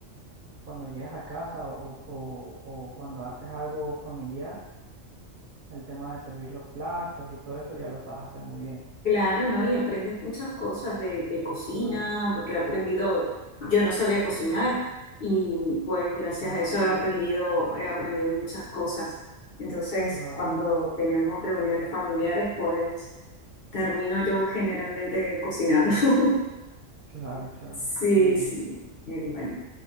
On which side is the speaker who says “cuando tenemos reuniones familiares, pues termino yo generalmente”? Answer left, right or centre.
Left